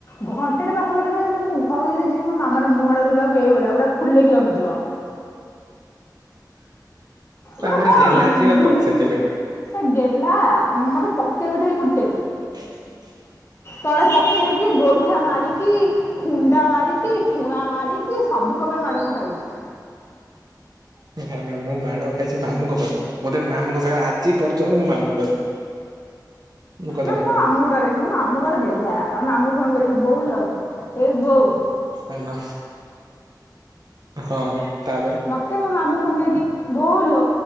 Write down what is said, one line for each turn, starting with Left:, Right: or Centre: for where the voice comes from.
Left: ଘଣ୍ଟେଟେ ପାଖପାଖି ରହିବି ମୁଁ ଘର କୁ ଯଦି ଯିବି ମୋ ମାମା ର ମୁଁହ ଟା ଦେଖିଲା ବେଳକୁ ଏଇଭଳିଆ ଫୁଲେଇକି ରଖିଥିବ। ମାନେ
Right: ଆପଣ
Left: କଣ
Right: ଗେହ୍ଲା ଝିଅ
Left: ବୁ
Right: ତ ସେଥିପାଇଁ
Left: ସେ ଗେହ୍ଲା ମତେ ପକେଇ ଉଠେଇକି କୁଟେ
Right: କି <unintelligible>
Left: ତଳେ ପକେଇକି ଗୋଇଠା ମାରିକି ଖୁଣ୍ଡା ମାରିକି ଠୁଣା ମାରିକି ସବୁ ପ୍ରକାର ମାଡ଼ ମୁଁ ଖାଇଛି
Right: ନାଇଁ ନାଇଁ ମୁଁ ମାଡ଼ ଖାଇଛି ମାମୁଁଙ୍କ ପାଖରୁ ମୁଁ ତେଣୁ ମାମୁଙ୍କ ସାଙ୍ଗରେ ଆଜି ପର୍ଯ୍ୟନ୍ତ ମୋ ମାମୁଁ ଡରେ କଥା
Left: ନା
Right: କହନି
Left: ମୁଁ ମୋ ମାମୁଁଙ୍କୁ ଡରେନି ମୁଁ ମାମୁଁ ଙ୍କର ଗେହ୍ଲା ମାମୁଁ ଫୋନ୍ କରିକି ବୋଉଲ ଏ ବୋଉ
Right: ହ୍ୟାଲୋ ହଁ ତାପରେ
Left: ସେ ମୋ ମାମୁଁ ସାଙ୍ଗେକି ବୋଉ ଲୋ।